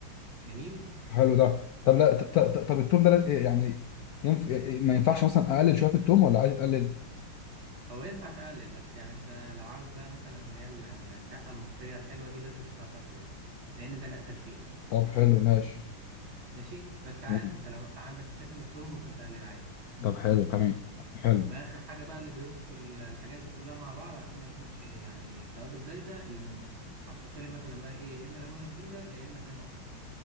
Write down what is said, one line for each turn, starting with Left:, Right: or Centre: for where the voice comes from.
Right: جميل
Left: حلو ده طب لا ط- ط- ط- طب التوم ده لا- يعني ينف... ما ينفعش مثلا اقلل شويه في التوم ولا عادي تقلل
Right: هو ينفع تقلل بس يعني أنت لو عاوز بقى مثلا اللي هي ال- ال- الدقة المصرية الحلوة دي لازم تكتر توم لأن ده الأساس فيها
Left: طب حلو ماشي
Right: ماشي بس عادي
Left: مم.
Right: أنت لو مثلا عندك مشاكل من التوم ممكن تقلل عادي
Left: طب حلو كمان حلو
Right: واخر حاجه بقى اللي بيظبط ال- الحاجات دي كلها مع بعض عشان ما يكونش يعني توابل زايده الليمون هتحط لي مثلا بقى ايه يا اما ليمونه كبيره يا اما اتنين وسط